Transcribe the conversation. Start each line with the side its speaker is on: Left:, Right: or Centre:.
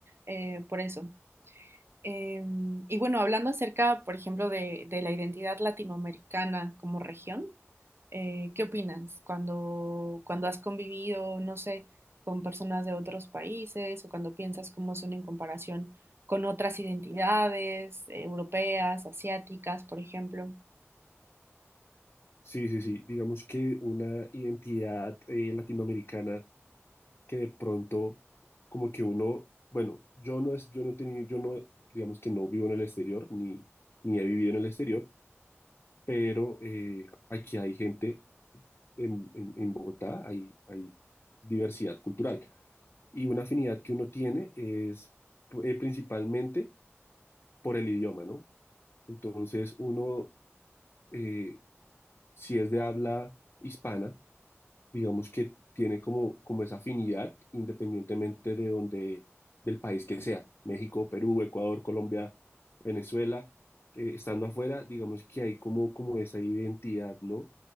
Right: eh, por eso. Em, y bueno, hablando acerca, por ejemplo, de, de la identidad latinoamericana como región, eh, ¿qué opinas cuando, cuando has convivido, no sé, con personas de otros países o cuando piensas cómo son en comparación con otras identidades, eh, europeas, asiáticas, por ejemplo?
Left: Sí, sí, sí. Digamos que una identidad eh, latinoamericana que de pronto, como que uno, bueno, yo no es, yo no he tenido, yo no, digamos que no vivo en el exterior, ni, ni he vivido en el exterior, pero eh, aquí hay gente en, en- en Bogotá, hay, hay diversidad cultural. Y una afinidad que uno tiene es eh, principalmente por el idioma, ¿no? Entonces, uno, eh, si es de habla hispana, digamos que tiene como, como esa afinidad, independientemente de donde, del país que sea, México, Perú, Ecuador, Colombia, Venezuela, eh, estando afuera, digamos que hay como, como esa identidad, ¿no?